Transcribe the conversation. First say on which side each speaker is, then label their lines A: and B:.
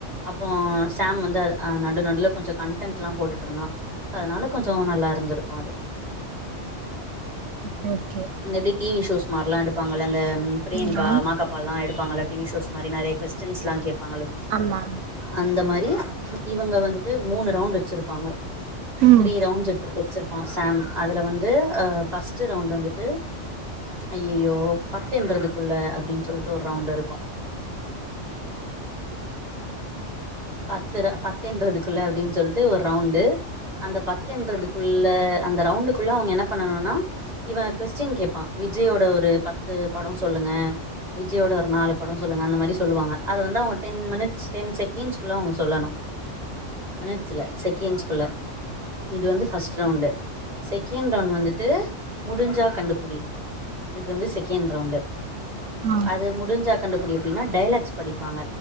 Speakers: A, on the right; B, on the right.
A: அப்றோ சாம் வந்து அ நடுநடுல கொஞ்சொ கன்டன்ட்லா போட்டுட்ருந்தா ஸோ அதனால கொஞ்சோ நல்லாருந்திருக்கு அது
B: ஓகே ஓகே
A: இந்தப்டி டிவி ஷோஸ் மார்லா எடுப்பாங்கல இந்த பிரியங்கா
B: நீயா
A: மாகாப் பாலா எடுப்பாங்கல டிவி ஷோஸ் மாரி நறைய கொஸ்டின்ஸ்லா கேப்பாங்ளே
B: ஆமா
A: அந்த மாரி இவுங்க வந்துட்டு மூனு ரவுண்டு வச்சிருப்பாங்க
B: ம்
A: த்ரீ ரவுண்ட்ஸ் ட்ரு வச்சிருப்பா சாம் அதுல வந்து அ ஃபஸ்ட்டு ரவுண்ட் வந்துட்டு அய்யய்யோ பத்தெண்றதுக்குள்ள அப்டின் சொல்ட்டு ஒரு ரவுண்ட் இருக்கு பத்துர பத்தென்றதுக்குள்ள அப்டின் சொல்ட்டு ஒர் ரவுண்டு அந்த பத்தென்றதுக்குள்ள அந்த ரவுண்டுக்குள்ள அவுங்க என்ன பண்ணனுனா இவே கொஸ்டின் கேப்பா விஜயோட ஒரு பத்து படோ சொல்லுங்க விஜயோட ஒரு நாலு படோ சொல்லுங்க அந்த மாரி சொல்வாங்க அத வந்து அவுங்க டென் மினிட்ஸ் டென் செக்கெண்ட்ஸ் குள்ள அவுங்க சொல்லனு மினிட்ஸ்ஸில்ல செக்கண்ட்ஸ் குள்ள இது வந்து ஃபர்ஸ்ட் ரவுண்டு செகண்ட் ரவுண்ட் வந்துட்டு முடிஞ்சா கண்டுபுடி இது வந்து செகண்ட் ரவுண்டு
B: ஆ
A: அது முடிஞ்சா கண்டுபுடி அப்டின்னா டைலாக்ஸ் படிப்பாங்க